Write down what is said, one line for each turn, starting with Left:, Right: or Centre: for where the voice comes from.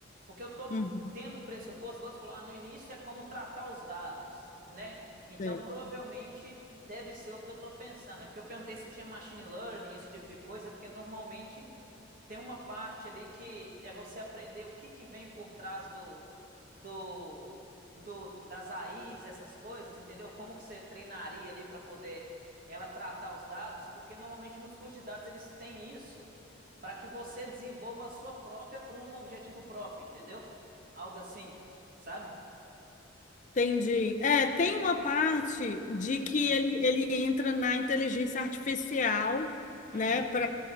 Right: porque eu tô
Left: Hum,
Right: tendo pressuposto, igual você falou, ah, no início é como tratar os dados, né? Então
Left: é.
Right: provavelmente deve ser o que eu tô pensando. É porque eu perguntei se tinha machine learning, esse tipo de coisa, porque normalmente tem uma parte ali que é você aprender o que que vem por trás do, do, do das AIs, essas coisas, entendeu? Como que você treinaria ali para poder ela tratar os dados, porque normalmente nos cursos de dados eles têm isso para que você desenvolva a sua própria para um objetivo próprio, entendeu? Algo assim, sabe?
Left: Entendi. É, tem uma parte de
Right: Hum,
Left: que ele, ele entra na inteligência artificial,
Right: hum,
Left: né, para